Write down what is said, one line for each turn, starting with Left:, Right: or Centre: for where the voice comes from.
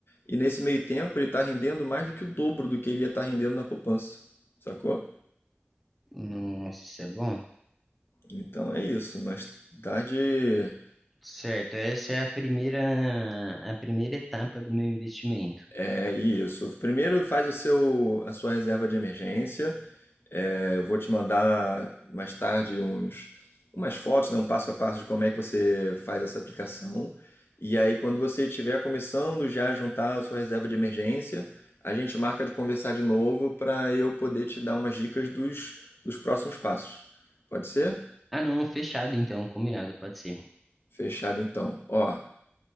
Left: E nesse meio tempo ele está rendendo mais do que o dobro do que ele ia estar rendendo na poupança, sacou?
Centre: Nossa, isso é bom.
Left: Então é isso, mas tarde
Centre: Certo, essa é a primeira, a primeira etapa do meu investimento.
Left: É isso. Primeiro faz o seu, a sua reserva de emergência. É, eu vou te mandar mais tarde uns, umas fotos, né, um passo a passo de como é que você faz essa aplicação. E aí, quando você estiver começando já a juntar a sua reserva de emergência, a gente marca de conversar de novo para eu poder te dar umas dicas dos, dos próximos passos. Pode ser?
Centre: Ah, não, fechado então, combinado, pode ser.
Left: Fechado então. Ó,